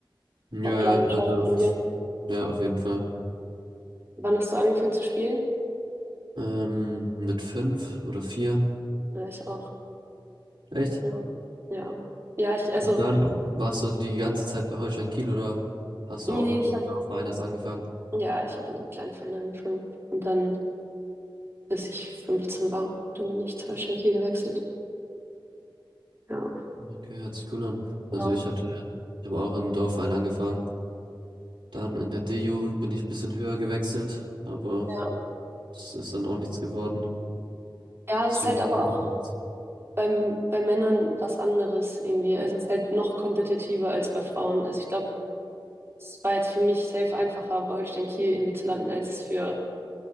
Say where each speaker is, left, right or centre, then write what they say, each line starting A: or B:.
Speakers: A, on the right; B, on the right.
A: Ja,
B: Hauptleidenschaft
A: ja, also,
B: von dir.
A: ja, auf jeden Fall.
B: Wann hast du angefangen zu spielen?
A: Ähm, mit fünf oder vier.
B: Ja, ich auch.
A: Echt?
B: Ja. Ja. Ja, ich, also,
A: Und dann warst du die ganze Zeit bei Holstein Kiel oder hast
B: nee,
A: du auch in
B: ich
A: so einem
B: habe,
A: Dorfverein erst angefangen?
B: ja, ich habe in einem kleinen Verein angefangen. Und dann, bis ich 15 war, dann bin ich zur Holstein Kiel gewechselt. Ja.
A: Okay, hört sich cool an. Also
B: Genau.
A: ich hatte, ich habe auch in einem Dorfverein angefangen. Dann in der D-Jugend bin ich ein bisschen höher gewechselt, aber
B: Ja.
A: es ist dann auch nichts geworden.
B: Ja,
A: Deswegen
B: es ist halt aber
A: spiele
B: auch
A: ich jetzt.
B: beim, bei Männern was anderes irgendwie. Also es ist halt noch kompetitiver als bei Frauen. Also ich glaube, es war jetzt für mich safe einfacher, bei Holstein Kiel irgendwie zu landen, als es für